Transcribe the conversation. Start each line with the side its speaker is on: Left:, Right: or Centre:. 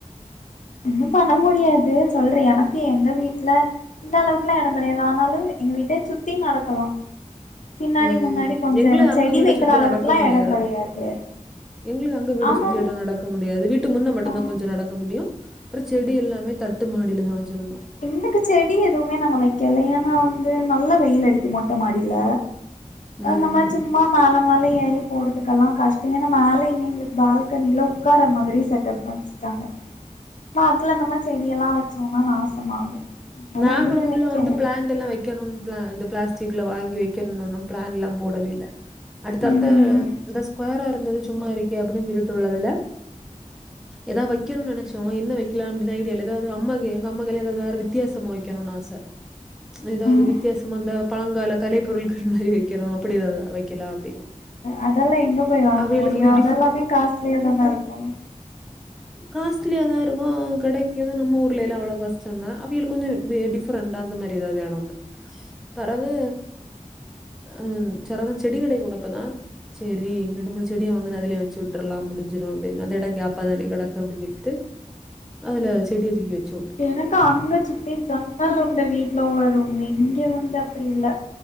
Left: ன்னு பண்ண முடியாது சொல்ற எனக்கு எங்க வீட்ல அந்த அளவுக்கெல்லா எடோ கெடையாது ஆனாலு எங்க வீட்ட சுத்தி நடக்கலா பின்னாடி
Centre: உம்
Left: முன்னாடி கொஞ்சோ
Centre: எங்களே
Left: எடோ
Centre: அங்க
Left: செடி
Centre: வீட
Left: வைக்கிற
Centre: சுத்தி
Left: அளவுக்குலா
Centre: நடக்க முடியாது
Left: எடோ கெடையாது
Centre: எங்களு அங்க வீட
Left: ஆனா
Centre: சுத்தி எட நடக்க முடியாது வீட்டு முன்ன மட்டும்தான்
Left: ஆ
Centre: கொஞ்சம் நடக்க முடியும் அப்புறம் செடி எல்லாமே தட்டு மாடியிலதான் வச்சிருந்தோம்
Left: பின்னுக்கு செடி எதுவுமே நாங்க வைக்கல ஏன்னா வந்து நல்லா வெயில் அடிக்கு மொட்ட மாடியில ஆ
Centre: ம்.
Left: நம்ம சும்மா மேல மேல ஏறி போறதுக்கெல்லா கஷ்டோ ஏன்னா மேலையுமே எங்களுக்கு பால்கனில உ உட்கார மாதிரி செட்டப் வச்சுட்டாங்க அப்ப அதுல நம்ம செடியெல்லா வச்சோன்னா நாசமாகு அதனால
Centre: நாங்களு
Left: எதுவுமே
Centre: உள்ள
Left: வைக்கல
Centre: வந்து பிளான் பிளான்ட் எல்லா வைக்கணும்னு பிளான் இந்த பிளாஸ்டிக்ல வாங்கி வைக்கணும்னு பிளான் எல்லா போடவே இல்ல அடுத்து
Left: ம்
Centre: வந்து இந்த ஸ்கொயரா இருந்தது சும்மா இருக்கே அப்டின்னு சொல்லிட்டு உள்ளதுல ஏதாவ வைக்கணுன்னு நினச்சசோ என்ன வெக்கலா அப்படினு ஐடியா இல்ல ஏதாவது அம்மாக்கு எங்க அம்மாக்கு வித்தியாசம வைக்கணும்னு ஆசை ஏதாவது
Left: ஆ
Centre: வித்தியாசம அந்த பழங்கால கலைப்பொருட்கள் மாதிரி வை வைக்கனும் அப்படிதான் வைக்கலாம் அப்படின்னு
Left: அதெல்லாம் எங்க போய் வாங்க
Centre: அவைகளுக்கு
Left: முடியும்
Centre: அப்படி
Left: அதெல்லாமே காஸ்ட்லியா தானே இருக்கும்
Centre: காஸ்ட்லியாதான் இருக்கும் ஆனா கெடைக்குது நம்ம ஊர்ல எல்லா அவளோ கஷ்டம்தான் அவியல் கொஞ்சம் டிஃபரெண்டா அந்த மாதிரி ஏதாவது ஒன்னு பெறவு ஹம் சடனா செடி கடைக்கு போனப்ப தான் செரி ரெண்டு மூணு செடிய வாங்கன்னா அதுலயே வச்சு விட்டுடலாம் முடிஞ்சிரும் அப்படின்னு அந்த இடம் கேப்பாதானே கெடக்கு அப்படின்னு சொல்லித் அதுல செடியா தூக்கி வெச்சு
Left: எனக்கு அங்க சுத்தி ஜன்னல் உண்ட வீட்டுல வரும் இங்க வந்து அப்படி இல்ல